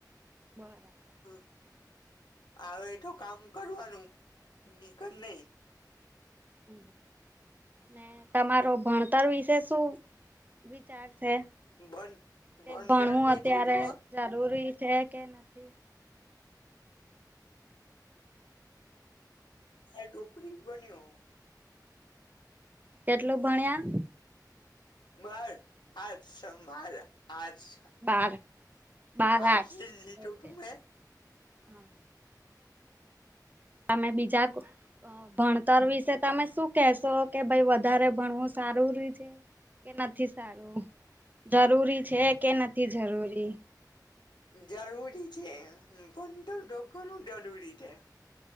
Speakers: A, on the right; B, on the left.
A: બરાબર.
B: હ, આવે એ તો કામ કરવાનું, નીક નહી.
A: હ, ને તમારો ભણતર વિશે શું? વિચાર છે.
B: બન
A: કે,
B: બંદર
A: ભણવું
B: મીધે
A: અત્યારે
B: તો
A: જરૂરી છે કે નથી.
B: આ ઢોપળ બન્યો.
A: કેટલું ભણ્યા?
B: બાહાર આજ સંભાળ. આર્ટસ.
A: બાર બાર
B: આર્ટસ લીધું
A: ઓકે
B: તુંમે?
A: હા તમે બીજા ભણતર વિશે તમે શું? કેશો કે ભાઈ વધારે ભણવું સારું ર છે કે નથી સારું જરૂરી છે કે નથી જરૂરી
B: જરૂરી છે પણ તો ડોગણું જરૂરી છે.